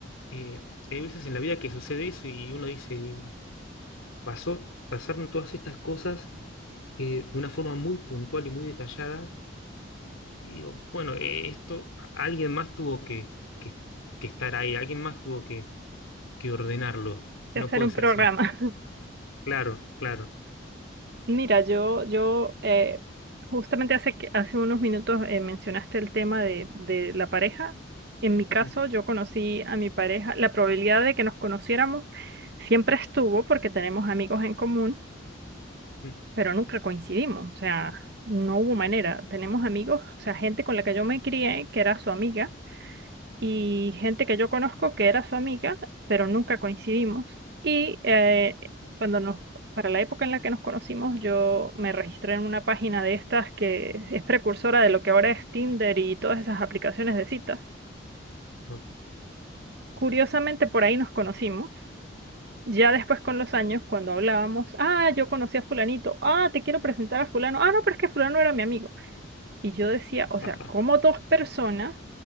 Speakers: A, on the left; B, on the right.
A: Eh, hay veces en la vida que sucede eso y uno dice, pasó, pasaron todas estas cosas eh, de una forma muy puntual y muy detallada. Y digo, bueno, eh, esto alguien más tuvo que, que, que estar ahí, alguien más tuvo que, que ordenarlo.
B: De
A: No
B: hacer
A: puede
B: un
A: ser
B: programa.
A: simple. Claro, claro.
B: Mira, yo, yo eh, justamente hace, que- hace unos minutos eh, mencionaste el tema de, de la pareja. En mi caso,
A: Mm,
B: yo conocí a mi pareja. La probabilidad de que nos conociéramos siempre estuvo porque tenemos amigos en común,
A: mm,
B: pero nunca coincidimos. O sea, no hubo manera. Tenemos amigos, o sea, gente con la que yo me crié, que era su amiga y gente que yo conozco que era su amiga, pero nunca coincidimos. Y eh, cuando nos, para la época en la que nos conocimos, yo me registré en una página de estas que es precursora de lo que ahora es Tinder y todas esas aplicaciones de citas.
A: no.
B: Curiosamente, por ahí nos conocimos. Ya después con los años, cuando hablábamos, ah, yo conocí a fulanito, ah, te quiero presentar a fulano, ah, no, pero es que fulano era mi amigo. Y yo decía,
A: <laughs>
B: o sea, como dos personas